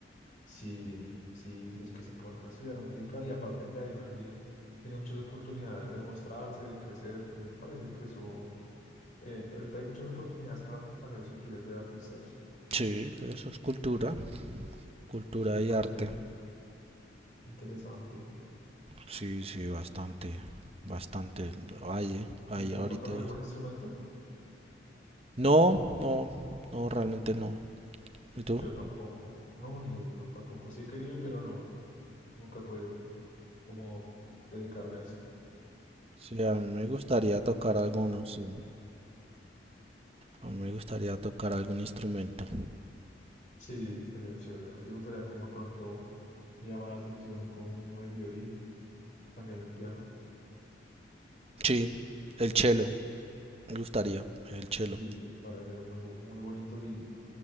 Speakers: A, on the left (about 45°); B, on the right (about 30°).
A: Sí, sí, los que se ponen a estudiar música y aparte que ahí también tiene muchas oportunidades de mostrarse, de crecer. A mí me parece que eso Eh, ahorita hay muchas oportunidades para también los que quieren ser artistas.
B: Sí, eso es cultura, cultura
A: Me parece
B: y arte.
A: interesante.
B: Sí, sí, bastante, bastante. Hay, eh, hay
A: ¿Y tú
B: ahorita.
A: tocas algún
B: hay-
A: instrumento?
B: No, no, no, realmente no. ¿Y tú?
A: Yo tampoco. No, ni no tampoco. Sí he querido, pero no, nunca he podido como dedicarme a eso.
B: Sí, a mí me gustaría tocar alguno, sí. A mí me gustaría tocar algún instrumento.
A: Sí, sería chévere. A mí me gustaría como de pronto me llama la atención como el violín, también el piano.
B: Sí, el cello, me gustaría, el cello.
A: Sí, me parece muy, bo- muy bonito y,